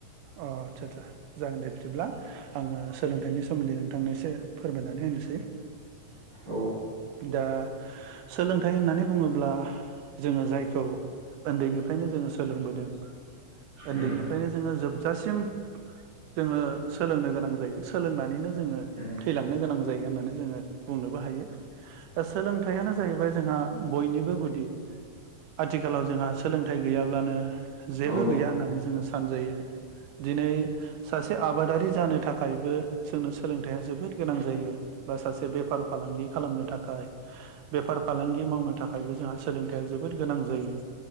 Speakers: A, on the right (about 80°); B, on the right (about 40°).
A: अ आदसासा जागोन दे बिदिब्ला आङो सोलोंथाइनि सोमोन्दै नोंथांनो एसे फोरमायनानै होनोसै।
B: औ
A: दा सोलोंथाइ होननानै बुङोब्ला जोङो जायखौ ओन्दैनिफ्रायनो जोङो सोलोंबोदों ओन्दैनिफ्रायनो
B: उम
A: जोङो जोब दासिम जोङो सोलोंनो गोनां जायो सोलोंनानैनो जों जोङो
B: उम
A: थैलांनो गोनां जायो होननानै जोङो बुंनोबो हायो ओ सोलोंथाइयानो जाहैबाय जोंहा बयनि बो गुदि आथिखालाव जोंहा सोलोंथाइ गैयाब्लानो जेबो
B: औ
A: गैया होननानै जोङो सानजायो। दिनै सासे आबादारि जानो था खायबो सोनो सोलोंथाइया जोबोद गोनां जायो बा सासे बेफार फालांगि खालामनो थाखाय बेफार फालांगि मावनो थाखायबो जोंहा सोलोंथाइया जोबोद गोनां जायो